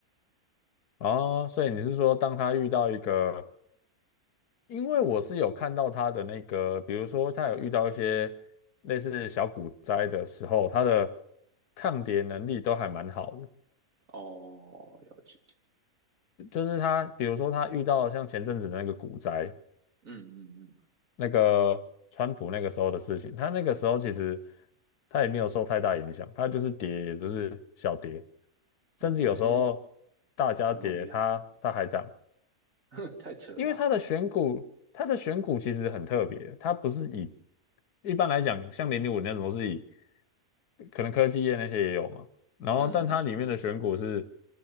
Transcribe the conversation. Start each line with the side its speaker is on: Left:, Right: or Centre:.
Left: 哦，所以你是说，当他遇到一个，因为我是有看到他的那个，比如说他有遇到一些类似小股灾的时候，他的抗跌能力都还蛮好的。
Right: 哦，了解。
Left: 就是他，比如说他遇到像前阵子的那个股灾，
Right: 嗯嗯嗯。
Left: 那个川普那个时候的事情，他那个时候其实他也没有受太大影响，他就是跌，也就是小跌，甚至有时候大家跌，
Right: 嗯，诶，怎么那么厉害？
Left: 他他还涨。
Right: <laughs> 太扯了吧？
Left: 因为它的选股，它的选股其实很特别，它不是以一般来讲，像零零五那种都是以可能科技业那些也有嘛，然后但它里面的选股是
Right: 嗯，